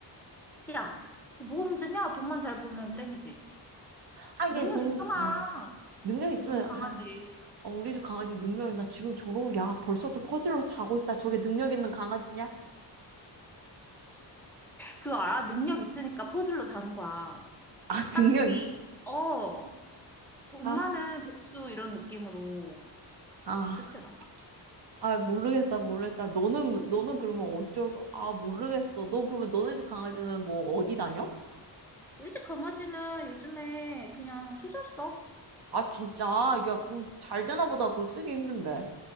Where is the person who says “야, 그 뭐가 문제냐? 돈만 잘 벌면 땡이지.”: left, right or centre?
Centre